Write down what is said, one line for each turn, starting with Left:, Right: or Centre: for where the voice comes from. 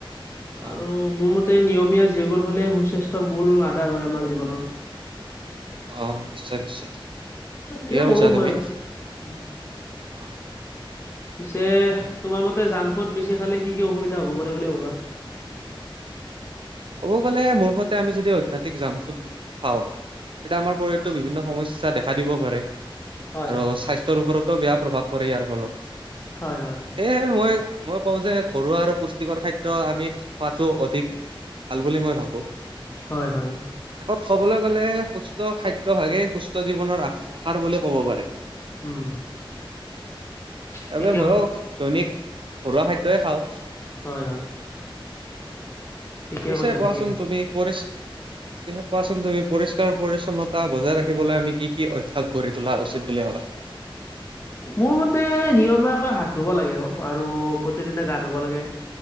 Right: অ
Left: আৰু মোৰ মতে নিয়মীয়া জীৱন হ'লে সুস্বাস্থ্যৰ মূল আধাৰ হয় আমাৰ জীৱনৰ
Right: অ নিশ্চয় নিশ্চয় ঠিকে
Left: তেওঁ
Right: কৈছা
Left: কৰোঁ মই,
Right: তুমি
Left: উম
Right: অ
Left: পিছে তোমাৰ মতে জাংক ফুড বেছি খালে কি কি অসুবিধা হ'ব পাৰে বুলি ভাবা
Right: ক'ব গ'লে মোৰ মতে আমি যদি অত্যাধিক জাংক ফুড খাওঁ তেতিয়া আমাৰ শৰীৰতো বিভিন্ন সমস্যা দেখা দিব পাৰে আৰু
Left: হয়, হয়।
Right: স্বাস্থ্যৰ ওপৰতো বেয়া প্ৰভাৱ পৰে ইয়াৰ ফলত
Left: হয় হয়
Right: সেয়হে মই মই কওঁ যে ঘৰুৱা আৰু পুষ্টিকৰ খাদ্য আমি খোৱাতো অধিক ভাল বুলি মই ভাবো
Left: হয়, হয়,
Right: শেষত কবলৈ গলে সুস্থ খাদ্যভাগে সুস্থ জীৱনৰ আহাৰ বুলি ক'ব পাৰি
Left: উম ঠিকে
Right: আবে ময়ো
Left: কৈছা,
Right: দৈনিক ঘৰুৱা খাদ্যই খাওঁ
Left: হয় হয় ঠিকে
Right: পিছে
Left: কৈছা
Right: কোৱাচোন
Left: ঠিকে কৈছা।
Right: তুমি পৰি পিছে কোৱাচোন তুমি পৰিষ্কাৰ পৰিচ্ছনতা বজাই ৰাখিবলৈ আমি কি কি অভ্যাস গঢ়ি তুলা উচিত বুলি ভাবা <unintelligible>
Left: মোৰ মতে নিয়মীয়াকৈ হাত ধুব লাগে অ আৰু প্ৰতিদিনে গা ধুব লাগে